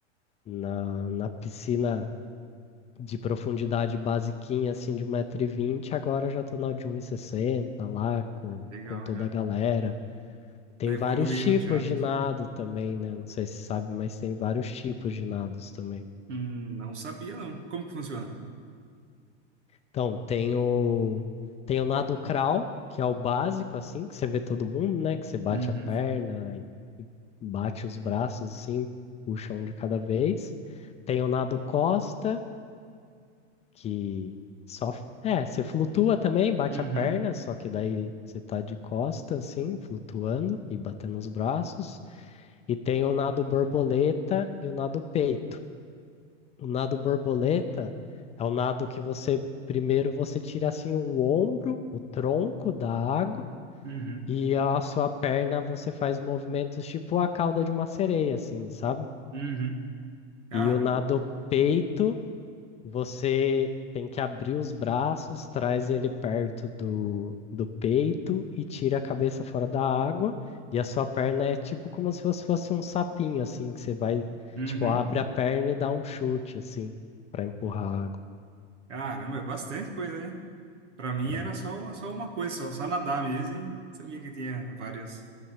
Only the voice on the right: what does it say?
Legal,
já.
Tá evoluindo
já, né?
Hum, não sabia, não. Como que funciona?
Uhum,
uhum,
uhum,
uhum. Caramba.
Uhum.
Caramba, é bastante coisa, né? Pra mim
era só, só uma coisa, só, só nadar mesmo e sabia que tinha várias